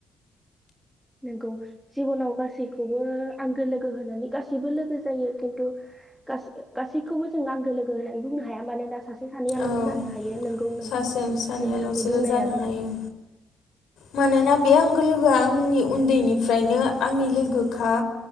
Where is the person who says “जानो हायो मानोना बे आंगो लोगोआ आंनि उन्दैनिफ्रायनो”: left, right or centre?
Left